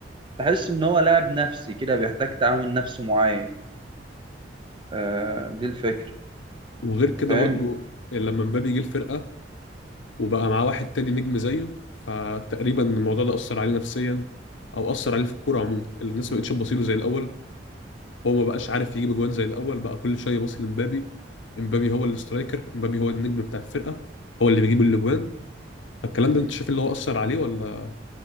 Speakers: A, on the right; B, on the left.
A: تحس إن هو لاعب نفسي كده بيحتاج تعامل نفسي معين آه دي الفكرة
B: وغير كده
A: أنت فاهم؟
B: برضو لما مبابي جه الفرقه وبقى معاه واحد تاني نجم زيه فتقريبا الموضوع ده اثر عليه نفسيا او اثر عليه في الكوره عموما الناس ما بقتش تبصيله زي الاول هو ما بقاش عارف يجيب اجوان زي الاول بقى كل شويه باصي لمبابي مبابي هو السترايكر مبابي هو النجم بتاع الفرقه هو اللي بيجيب الاجوان فالكلام
A: مم.
B: ده انت شايف اللي هو اثر عليه ولا